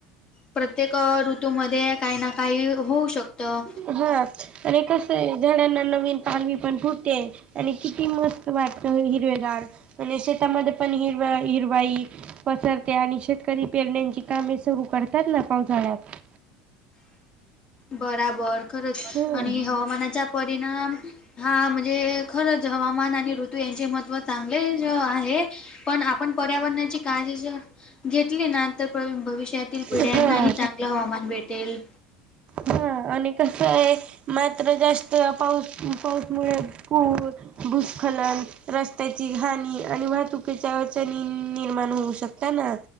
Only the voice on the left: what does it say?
प्रत्येक ऋतूमध्ये काही ना काही होऊ शकतं.
बराबर खरंच
आणि हवामानाचा परिणाम हा म्हणजे खरंच हवामान आणि ऋतू यांचे महत्त्व चांगले आहे. पण आपण पर्यावरणाची काळजी. घेतली ना तर भविष्यातील पिढ्यांनाही
चांगलं हवामान भेटेल.